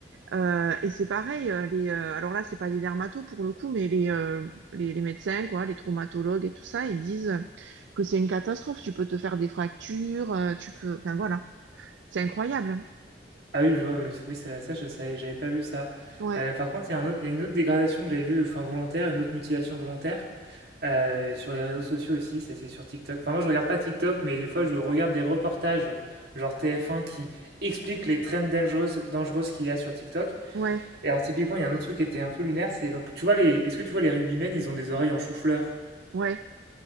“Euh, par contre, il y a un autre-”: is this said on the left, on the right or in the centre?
Right